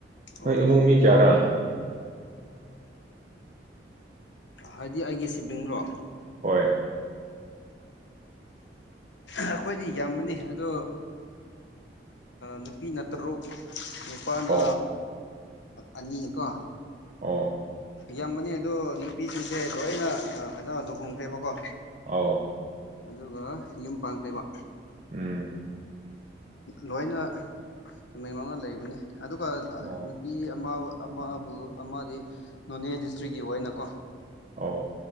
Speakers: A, on the left; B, on the right.
A: ꯑꯣ
B: ꯅꯣꯏ ꯏꯃꯨꯡ ꯃꯤ ꯀꯌꯥꯔꯥ
A: ꯍꯥꯏꯗꯤ ꯑꯩꯒꯤ ꯁꯤꯕ꯭ꯡ꯭ꯔꯣ
B: ꯍ
A: ꯑꯩꯈꯣꯏꯗꯤ ꯌꯥꯝꯃꯅꯤ ꯑꯗꯣ ꯅꯨꯄꯤꯅ ꯇꯔꯨꯛ ꯅꯨꯄꯥꯅ
B: ꯑꯣ
A: ꯑꯅꯤꯀꯣ
B: ꯑꯣ
A: ꯌꯥꯝꯕꯅꯤ ꯑꯗꯣ ꯅꯨꯄꯤꯁꯤꯡꯁꯦ ꯂꯣꯏꯅ ꯀꯩꯅꯣ ꯂꯨꯍꯣꯡꯈ꯭ꯔꯦꯕꯀꯣ
B: ꯑꯥꯎ
A: ꯑꯗꯨꯒ ꯌꯨꯝ ꯄꯥꯡꯈ꯭ꯔꯩꯕ
B: ꯎꯝ
A: ꯂꯣꯏꯅ ꯇꯃꯦꯡꯂꯧꯅ ꯂꯩꯕꯅꯤ ꯑꯗꯨꯒ
B: ꯑꯣ
A: ꯅꯨꯄꯤ ꯑꯃ ꯑꯃꯕꯨ ꯑꯃꯗꯤ ꯅꯣꯅꯦ ꯗꯤꯁꯇ꯭ꯔꯤꯛꯀꯤ ꯑꯣꯏꯅꯀꯣ
B: ꯑꯣ